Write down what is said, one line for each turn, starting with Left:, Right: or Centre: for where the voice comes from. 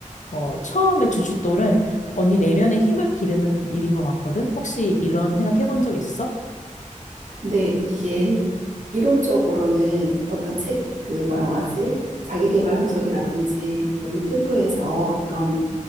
Left: 어, 처음의 주춧돌은 언니 내면의 힘을 기르는 일인 것 같거든. 혹시 이런 생각해 본 적 있어?
Right: 근데 이게 이론적으로는 어떤 책, 그 뭐라고 하지? 자기계발 서적이라든지 뭐 유튜브에서 그런